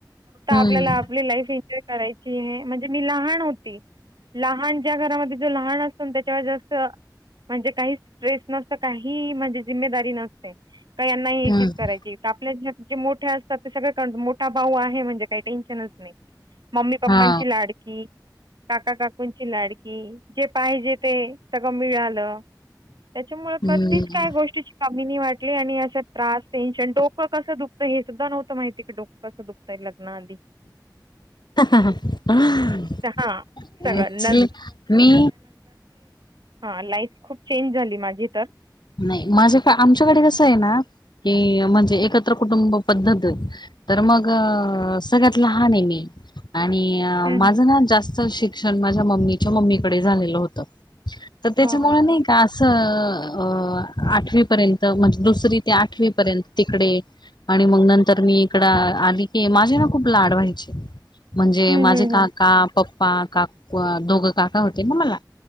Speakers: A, on the left; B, on the right.
A: हम्म
B: आपली लाइफ एन्जॉय करायची म्हणजे मी लहान होती लहान ज्या घरामध्ये जो लहान असतो ना त्याच्यावर जास्त म्हणजे काही स्ट्रेस नसत काही म्हणजे जिम्मेदारी नसते का यांनाहीचीज
A: हम्म
B: करायची आपल्या जे मोठे असतात ते सगळे भाऊ आहे म्हणजे काही टेन्शनच नाही मम्मी पप्पांची
A: हा
B: लाड कि काकाकाकूंची लाडकी जे पाहिजे ते सगळं मिळालं त्याच्यामुळे
A: हम्म.
B: कधीच काय गोष्टीची कमी नाही वाटली आणि आज च्यात त्रास टेन्शन डोकं कसं दुखतं हे सुद्धा नव्हतं माहिती का डोक कसं दुखतंय लग्ना आधी
A: <unintelligible>
B: तर हां सगळं
A: अक्चुली मी
B: हा लाईफ खूप चेंज झाली माझी तर
A: नाही माझे आमच्याकडे कसं आहे ना की म्हणजे एकत्र कुटुंब पद्धत तर मग सगळ्यात लहान आहे मी आणि अह
B: हं,
A: माझं
B: हं.
A: ना जास्त शिक्षण माझ्या मम्मीच्या मम्मीकडे झालेलं होत तर त्याच्यामुळे
B: हो हो
A: नाही
B: हो
A: का असं अह आठवीपर्यंत तर म्हणजे दुसरी ते आठवी पर्यंत तिकडे आणि मग नंतर मी इकड आली की माझे ना खूप लाड व्हायचे म्हणजे
B: हं,
A: माझे
B: हं,
A: का
B: हं.
A: का पप्पा काक दोघं काका होते मला